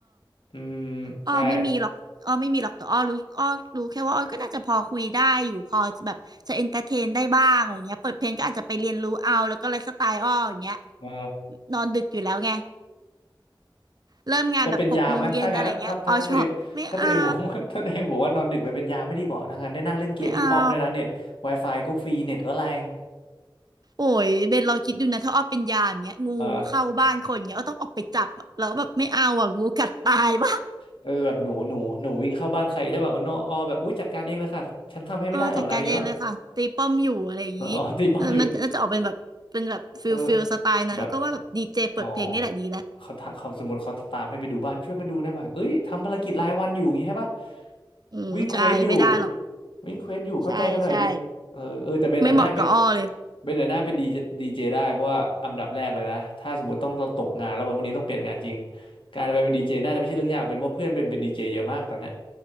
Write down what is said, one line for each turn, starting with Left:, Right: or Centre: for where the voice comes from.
Left: อืมใช่
Right: อ้อไม่มีหรอกอ้อไม่มีหรอกแต่อ้อรู้อ้อรู้แค่ว่าอ้อก็น่าจะพอคุยได้อยู่พอจะแบบจะเอนเตอร์เทนได้บ้างอะไรเงี้ยเปิดเพลงก็อาจจะไปเรียนรู้เอาแล้วก็ไลฟ์สไตล์อ้ออย่างเงี้ย
Left: เออ
Right: นอนดึกอยู่แล้วไงเริ่มงานแบบหกโมงเย็นอะไรเงี้ยอ้อชอบไม่เอา
Left: ไปเป็นยามไหมถ้างั้นนะถ้าถ้าตัวเองถ้าตัวเองบอกว่า <laughs> ถ้าตัวเองบอกว่านอนดึกไปเป็นยามไม่ดีกว่าถ้างั้นได้นั่งเล่นเกมที่ป้อมด้วยนะเน็ต
Right: ไม่เอา
Left: Wi-Fi ก็ฟรีเน็ตก็แรง
Right: โอ้ยเบนลองคิดดูนะถ้าอ้อเป็นยามเงี้ยงูเข้าบ้านคนเงี้ยอ้อต้องออกไปจับอะแล้วแบบไม่เอาอ่ะงูกัดตายป่ะ
Left: เออ เออแบบหนูหนูหนูวิ่งเข้าบ้านใครใช่ป่ะโอ้โนออแบบอุ้ยจัดการเองเลยค่ะฉันทำให้ไม่ได้หรอกนะอย่างงี้ป่ะ
Right: เออจัดการเองเลยค่ะตีป้อมอยู่อะไรอย่างนี้เออมันน่าจะออกเป็นแบบเป็นแบบฟิลฟิลสไตล์หนะแล้วก็ว่าแบบดีเจเปิดเพลงนี่แหละดีแล้ว
Left: เอออ๋อตีป้อมอยู่เออแบบ อ๋อเขาถ้าเขาสมมติเขาตามให้ไปดูบ้านช่วยมาดูได้ไหมเอ้ยทำภารกิจรายวันอยู่อย่างงี้ใช่ปะ
Right: อืมใช่ไม่ได้หรอก
Left: วิ่งเควสอยู่วิ่งเควสอยู่เข้าใจกันหน่อยดิเออเออแต่เบนหน่ะหน้าเป็น
Right: ใช่ใช่ไม่เหมาะกับอ้อเลย
Left: เบนหน่ะหน้าเป็นดีเจดีเจได้เพราะว่าอันดับแรกเลยนะถ้าสมมติต้องตกงานแล้ววันพรุ่งนี้ต้องเปลี่ยนงานจริงการไปเป็นดีเจน่าจะไม่ใช่เรื่องยากเป็นว่าเพื่อนเบนเป็นดีเจเยอะมากตอนเนี้ย